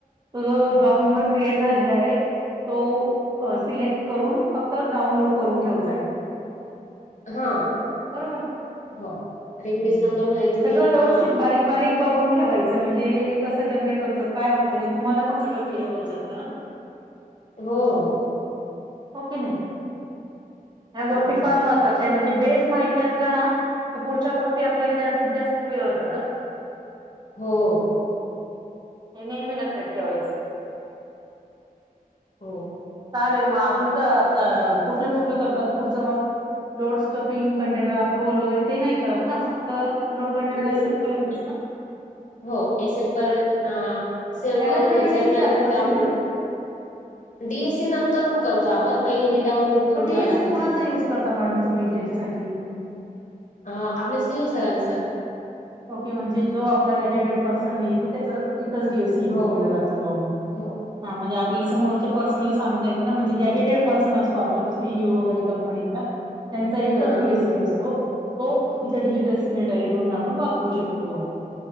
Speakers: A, on the right; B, on the left.
A: तो जो जॉब नंबर क्रिएट झालेला आहे- तो सिलेक्ट करून फक्त डाऊनलोड करून ठेवताय.
B: हा.
A: बरोबर
B: हो. रिक्वेस्ट
A: हम्म.
B: नंबरमध्ये तु
A: सगळं
B: <unintelligible>
A: व्यवस्थित
B: आं.
A: बारीक बारीक बघून ठेवाय- म्हणजे हे कसं जनरेट होतं? काय होतं? हे तुम्हाला पण सगळं क्लिअर होत जातं अं.
B: हो.
A: हो कि नाही? ह्या गोष्टी
B: हो
A: फार महत्त्वाच्या आहेत. म्हणजे बेस माहिती असला ना? तर पुढच्या गोष्टी आपल्याला जास्तीत जास्त क्लिअर होतात हं.
B: हो.
A: हे नेहमी लक्षात ठेवायचं.
B: हो.
A: चालेल. मग अजून का कुठलं कुठलं करतात पुढचं मग? लोड स्टपिंग, कंटेनर अप्रुव्हल वगैरे ते नाही करत ना? फक्त लोड
B: हम्म,
A: कंटेनर अस- पर्यंतच ना?
B: हो. एस एफ व सेव्ह
A: याला
B: करून
A: तर
B: घ्यायचं
A: डीएससी लागत
B: आणि डाऊनलोड.
A: असेल ना
B: डी एस सी नंतरून करतो आपण. पहिले हे डाउनलोड करून
A: तो
B: ठेवावं
A: डीएससी
B: लागतं
A: कुणाचा
B: ते.
A: युज करता मॅडम तुम्ही याच्यासाठी?
B: अ. आपल्या सी ई ओ सरांचा.
A: ओके. म्हणजे जो आपला गॅझेटेड पर्सन येई - कि त्याच एकच डी एस सी युज
B: हो
A: केला जातो बुवा.
B: हो
A: हा. म्हणजे आपल्या समोरच्या पर्सनला सांगता ये - तना. म्हणजे गॅझेटेड पर्सन असतो आपला तो सी ई ओ वगैरे कंपनीचा. त्यांचा एकच
B: हां
A: जी एस सी असतो. तो
B: हं
A: इथे डिजिटल सिग्नेटरी म्हणून- वापरू शकतो बुवा.